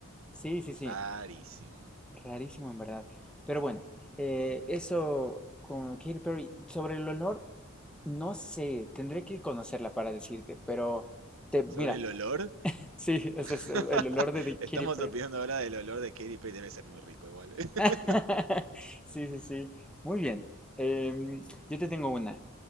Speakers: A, in the centre; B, on the right (about 75°).
A: Sí, sí, sí,
B: Rarísimo.
A: rarísimo en verdad. Pero bueno, eh, eso con Katy Perry. Sobre el olor, no sé, tendré que conocerla para decirte, pero te, mira,
B: Sobre el olor,
A: <laughs> sí, ese es
B: <laughs>
A: el olor de, de Katy
B: estamos
A: Perry.
B: opinando ahora del olor de Katy Perry. Debe ser muy rico igual. <laughs>
A: <laughs> Sí, sí, sí. Muy bien. Em, yo te tengo una.